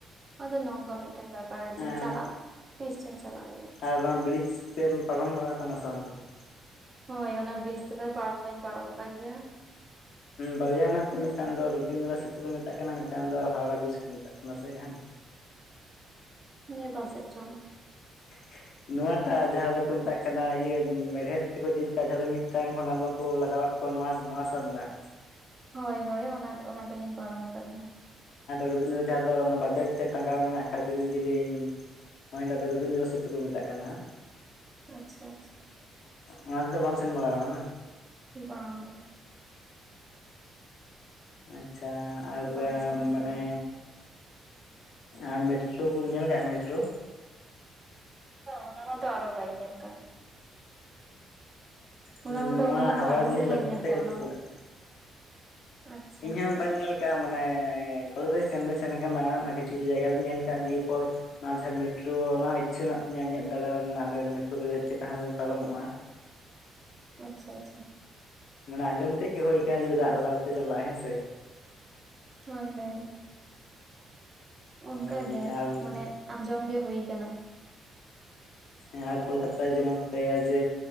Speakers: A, on the right; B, on the left.
A: ᱟᱫᱚ ᱱᱚᱝᱠᱟ ᱢᱤᱫᱴᱮᱱ ᱵᱮᱯᱟᱨ ᱟᱨᱠᱤ
B: ᱮᱸ
A: ᱪᱟᱞᱟᱜ ᱛᱤᱥ ᱪᱚᱧ ᱪᱟᱞᱟᱜ ᱤᱭᱟᱹ ᱟᱨᱠᱤ᱾
B: <unintelligible> ᱵᱨᱤᱡᱽ ᱛᱮᱢ ᱯᱟᱨᱚᱢ ᱵᱟᱲᱟ ᱟᱠᱟᱱᱟ ᱥᱟᱶ ᱛᱟᱦᱞᱮ?
A: ᱦᱳᱭ ᱚᱱᱟ ᱵᱨᱤᱡᱽ ᱛᱮᱫᱚ ᱯᱟᱨᱚᱢ ᱫᱚᱧ ᱯᱟᱨᱚᱢ ᱠᱟᱱ ᱜᱮᱭᱟ᱾
B: ᱵᱟᱨᱭᱟ ᱢᱮᱱᱟᱜ ᱛᱚ ᱢᱤᱫᱴᱟᱝ ᱫᱚ ᱨᱚᱵᱤᱱᱫᱨᱚᱱᱟᱛᱷ ᱥᱤᱛᱩ ᱠᱚ ᱢᱮᱛᱟᱜ ᱠᱟᱱᱟ ᱢᱤᱫᱴᱟᱝ ᱫᱚ ᱦᱟᱣᱲᱟ ᱵᱤᱡ ᱠᱚ ᱢᱮᱛᱟᱜ ᱠᱟᱱᱟ ᱥᱮ ᱦᱟᱸᱜ
A: ᱱᱤᱭᱟᱹ ᱯᱟᱥᱮᱡ ᱪᱚᱝ
B: <unintelligible> ᱱᱚᱣᱟᱴᱟᱜ ᱡᱟᱦᱟᱸ ᱫᱚᱠᱚ ᱢᱮᱛᱟᱜ ᱠᱟᱱᱟ ᱤᱭᱟᱹ ᱢᱮᱲᱦᱮᱫ ᱛᱮᱠᱚ ᱡᱩᱛ ᱠᱟᱜᱼᱟ ᱡᱟᱦᱟᱸ ᱫᱚ ᱢᱤᱫᱴᱟᱝ ᱦᱚᱸ ᱱᱟᱴ ᱵᱟᱠᱚ ᱞᱟᱜᱟᱣᱟᱜ ᱠᱟᱱᱟ᱾ ᱱᱚᱣᱟ ᱱᱚᱣᱟ ᱥᱟᱵ ᱨᱮᱱᱟᱜ
A: ᱦᱳᱭ ᱦᱳᱭ ᱚᱱᱟ ᱚᱱᱟ ᱛᱮᱜᱮᱧ ᱯᱟᱨᱚᱢ ᱟᱠᱟᱱᱟ᱾
B: ᱨᱚᱵᱤᱱᱫᱡᱟ ᱫᱚ ᱚᱱᱟ ᱵᱟᱵᱮᱫ ᱛᱮ ᱴᱟᱸᱜᱟᱣ ᱢᱮᱱᱟᱜ ᱠᱷᱫ ᱡᱮᱞᱮᱧ ᱡᱮᱞᱤᱧ ᱱᱚᱦᱚᱭ ᱫᱟ ᱫᱚ ᱨᱚᱵᱤᱱᱫᱨᱚ ᱥᱤᱛᱩ ᱠᱚ ᱢᱮᱛᱟᱜ ᱠᱟᱱᱟ ᱦᱟᱸᱜ
A: ᱟᱪᱪᱷᱟ ᱟᱪᱪᱷᱟ
B: ᱚᱱᱟ ᱛᱮᱫᱚ ᱵᱟᱢ ᱥᱮᱱ ᱵᱟᱲᱟ ᱠᱟᱱᱟ
A: ᱵᱟᱝ
B: ᱟᱪᱪᱷᱟ ᱟᱨ
A: ᱵᱟᱹᱧ ᱥᱮᱱ ᱟᱠᱟᱱᱟ
B: ᱢᱟᱱᱮ ᱟᱨ ᱢᱮᱴᱨᱳ ᱵᱚᱱ ᱧᱮᱞ ᱠᱟᱜᱼᱟ ᱢᱮᱴᱨᱳ
A: ᱦᱮ ᱚᱱᱟ ᱢᱟᱛᱚ ᱟᱨᱚ ᱵᱟᱹᱧ ᱧᱮᱞ ᱠᱟᱱ᱾
B: ᱦᱚᱸ
A: ᱚᱱᱟ ᱢᱟᱛᱚ
B: ᱱᱚᱣᱟ
A: ᱚᱱᱟ ᱦᱚᱸᱛᱚ
B: ᱦᱟᱣᱲᱟ
A: ᱟᱨᱦᱚᱸ
B: ᱵᱤᱨᱤᱡ
A: ᱵᱟᱹᱧ
B: ᱞᱟᱛᱟᱨ
A: ᱧᱮᱞ
B: ᱛᱮᱜᱛᱚ
A: ᱠᱟᱜ ᱚᱱᱟ
B: ᱪᱟᱞᱟᱜᱼᱟ᱾
A: ᱢᱟ ᱟᱪᱪᱷᱟ
B: ᱤᱧ
A: ᱟᱪᱪᱷᱟ
B: ᱦᱚᱸ ᱵᱟᱹᱧ ᱧᱮᱞ ᱢᱟᱱᱮ ᱠᱚᱞ ᱫᱚ ᱥᱮᱱ ᱞᱮ ᱥᱮᱱ ᱠᱟᱱᱟ ᱚᱱᱟ ᱠᱤᱪᱷᱩ ᱠᱤᱪᱷᱩ ᱡᱟᱭᱜᱟ ᱫᱚᱧ ᱧᱮᱞ ᱟᱠᱟᱫ ᱫᱤᱭᱮ ᱯᱚᱨ ᱚᱱᱟ ᱡᱟᱦᱟᱸ ᱢᱮᱴᱨᱳ ᱚᱱᱟ ᱦᱚᱸ ᱤᱪᱪᱷᱟᱹ ᱢᱮᱱᱟᱜ ᱛᱤᱧᱟᱹ ᱤᱧᱟᱹᱜ ᱫᱟᱬᱟᱱ ᱨᱮᱱᱟᱜ ᱚᱸᱰᱮ ᱢᱮᱴᱨᱳ ᱨᱮ ᱪᱮᱫ ᱛᱟᱦᱮᱱ ᱫᱚᱧ ᱯᱟᱨᱚᱢᱚᱜᱼᱟ᱾
A: ᱟᱪᱪᱷᱟ ᱟᱪᱪᱷᱟ
B: ᱢᱟᱱᱮ ᱟᱸᱡᱚᱢ ᱛᱮᱫ ᱜᱮ ᱦᱩᱭ ᱟᱠᱟᱱᱟ ᱡᱮ ᱫᱟᱜ ᱞᱟᱜᱟᱣ ᱛᱮ ᱪᱟᱞᱟᱜᱼᱟ ᱦᱮᱸ ᱥᱮ᱾
A: ᱦᱳᱭ ᱦᱳᱭ ᱚᱱᱠᱟᱜᱮ
B: ᱦᱳᱭ ᱟᱨ ᱦᱮᱸ
A: ᱢᱟᱱᱮ ᱟᱸᱡᱚᱢᱜᱤ ᱦᱳᱭ ᱟᱠᱟᱱᱟ᱾
B: ᱦᱮᱸ ᱟᱨ ᱠᱳᱞᱠᱟᱛᱟ ᱨᱮ ᱡᱮᱢᱚᱱ ᱠᱚ ᱞᱟᱹᱭᱟ ᱡᱮ